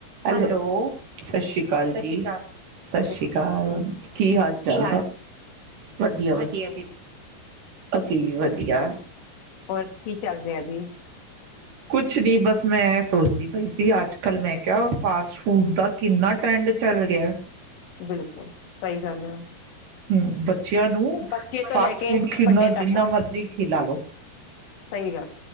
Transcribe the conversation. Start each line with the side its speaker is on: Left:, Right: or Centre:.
Right: Hello Sat Sri ਅਕਾਲ ਜੀ ਸਤ
Left: ਸਤਿ
Right: ਸ੍ਰੀ
Left: ਸ਼੍ਰੀ
Right: ਅਕਾਲ ਕੀ ਹਾਲ ਚਾਲ ਵਧੀਆ ਜੀ ਅਸੀਂ ਵੀ ਵਧੀਆ
Left: ਹੋਰ ਕੀ ਚੱਲ ਰਿਹਾ ਜੀ
Right: ਕੁਛ ਵੀ ਬਸ ਮੈਂ ਇਹ ਸੋਚਦੀ ਪਈ ਸੀ ਅੱਜ ਕੱਲ ਮੈਂ ਕਿਹਾ ਫਾਸਟ ਫੂਡ ਦਾ ਕਿੰਨਾ ਟਰੈਡ ਚੱਲ ਗਿਆ
Left: ਬਿਲਕੁਲ ਸਹੀ ਗੱਲ ਹੈ
Right: ਹੁ ਬੱਚ ਬੱਚਿਆਂ ਨੂੰ
Left: ਬੱਚੇ ਤੋਂ
Right: ਫਾਸਟ
Left: ਲੈ ਕੇ
Right: ਫੂਡ ਕਿੰਨਾ
Left: ਵੱਡੇ
Right: ਜਿੰਨਾ
Left: ਤੱਕ,
Right: ਮਰਜ਼ੀ ਖਿਲਾ ਲਓ
Left: ਸਹੀ ਗੱਲ